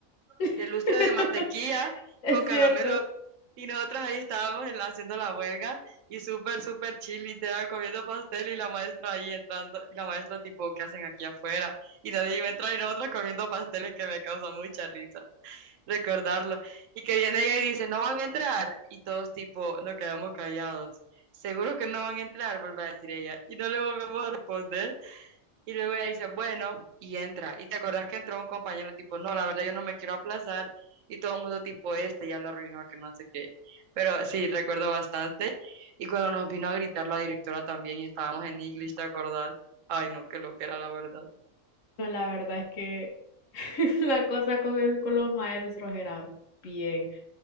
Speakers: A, on the left; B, on the right.
A: <laughs>
B: de lustre de mantequilla
A: es
B: con caramelo,
A: cierto.
B: y nosotras ahí estábamos en la- haciendo la huelga, y súper, súper chill, literal, comiendo pastel, y la maestra ahí entrando, y la maestra tipo, ¿qué hacen aquí afuera? Y nadie iba a entrar, y nosotras comiendo pasteles que me causa mucha risa recordarlo. Y que viene ella y dice, no van a entrar. Y todos tipo, nos quedamos callados. Seguro que no van a entrar, vuelve a decir ella. Y no le volvemos a responder. Y luego ella dice, bueno, y entra. Y te acordás que entró un compañero tipo, no, la verdad yo no me quiero aplazar. Y todo el mundo tipo, este ya lo arruinó, que no sé qué. Pero sí, recuerdo bastante. Y cuando nos vino a gritar la directora también y estábamos en English, ¿te acordás? Ay, no, que lo que era la verdad.
A: No, la verdad es que <laughs> la cosa con, el- con los maestros era bien.